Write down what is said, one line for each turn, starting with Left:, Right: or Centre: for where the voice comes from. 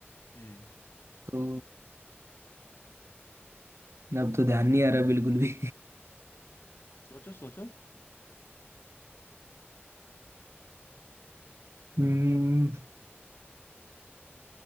Left: हम्म
Right: तो अब तो ध्यान नहीं आ रहा बिल्कुल भी
Left: सोचो सोचो
Right: हम्म